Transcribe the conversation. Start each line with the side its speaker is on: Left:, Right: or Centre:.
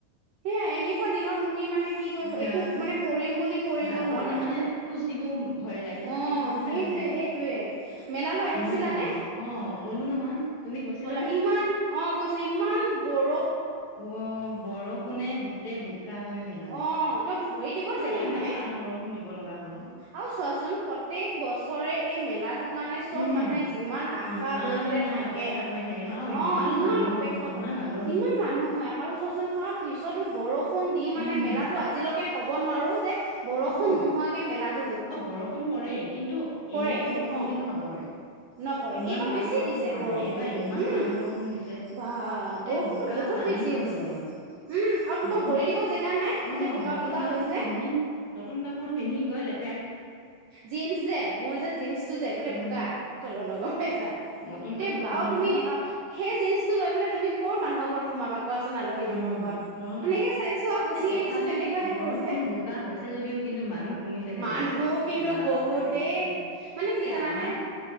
Right: সেয়াই, এনেকুৱা দিনত তুমি মানে কি কৰিব,
Left: যাৰ
Right: একো, মানে কৰিম বুলি কৰিব
Left: যাবলৈ
Right: নোৱাৰা,
Left: মানে খোজ দিবও ভয় লাগে
Right: অ',
Left: হয়নে ভয়ো
Right: সেইটোয়েই
Left: লাগে নহয়
Right: সেই তোৱেই, মেলালৈ আহিছিলানে?
Left: ভয় লাগে অ', গ'লো নহয়। তুমি গৈছিলানে?
Right: গ'লা, ইমান অ', গৈছিলোঁ, ইমান বৰ
Left: অ', বৰষুণে গোটেই বোকা কৰি পেলালে,
Right: অ তই ভৰি দিব
Left: কিয়নো
Right: জেগা
Left: ইমান
Right: নাই
Left: টান বৰষুণ ষুণ দিব লগা হ'ল।
Right: আৰু চোৱাচোন, প্ৰত্যেক বছৰে এই মেলাত টো কাৰণে চব
Left: উম।
Right: মানুহে যিমান আশা
Left: ইমান
Right: লৈ পেলাই
Left: মানে
Right: থাকে,
Left: অপেক্ষা কৰি থাকে ন আৰু
Right: অ', ইমান
Left: মানুহ
Right: অপেক্ষা
Left: ইমান
Right: কৰে,
Left: আলহী।
Right: ইমান মানুহ হয়, আৰু চোৱাচোন, তাৰপিছতো বৰষুণ দি মানে
Left: উম
Right: মেলাতো আজিলৈকে ক'ব নোৱাৰো যে, বৰষুণ
Left: অ'
Right: নোহোৱাকে মেলাত
Left: অ', বৰষুণ পৰে, কিন্তু
Right: পৰেই
Left: এনেকুৱা বৰষুণ
Right: অ
Left: কিন্তু নপৰে।
Right: নপৰে
Left: ইমান
Right: এইবাৰ
Left: টান
Right: বেছি
Left: বৰষুণ
Right: দিছে
Left: পৰা
Right: বৰষুণটো
Left: নাই, এইবাৰ ইমান
Right: উম
Left: টান বৰষুণ দিছে।
Right: বা
Left: গোটেই
Right: বৰষুণটো
Left: বোকা,
Right: বহুত
Left: পানী
Right: বেছি
Left: হৈ
Right: হৈছে
Left: গ'লগৈ।
Right: উম আৰু তোমাৰ
Left: নতুন
Right: ভৰি দিব জেগা নাই গোটেই
Left: অ',
Right: বোকা
Left: নতুন
Right: বোকা
Left: কাপোৰ
Right: হৈছে
Left: পিন্ধি, নতুন কাপোৰ পিন্ধি গৈ লেতে
Right: জিন্সযে, মোৰযে জীন্সটো যে, গোটেই
Left: উম।
Right: বোকা, তললৈ লগম পাইছা?
Left: নতুন
Right: গোটেই
Left: কাপোৰ
Right: বোকা
Left: পিন্ধি
Right: আৰু তুমি
Left: গৈ
Right: অ' সেই জিন্চটো লৈ পেলাই তুমি ক'ৰ মানুহৰ ঘৰত সোমাবা কোৱাছোন আলহী
Left: উম
Right: মানুহৰ ঘৰত,
Left: হয়
Right: সেনেকেই চাইছোঁ আৰু গুচি
Left: এ তথাপিও
Right: আহিছোঁ, তেনেকুৱাহে
Left: বৰষুণ
Right: হৈছে।
Left: বোকা হৈছে যদিও কিন্তু মানুহ কমিছেনে
Right: মানুহ
Left: বাৰু
Right: কিন্তু
Left: বাপৰে
Right: বহুত দেই, মানে কি
Left: এই
Right: জানানে?
Left: আমাৰ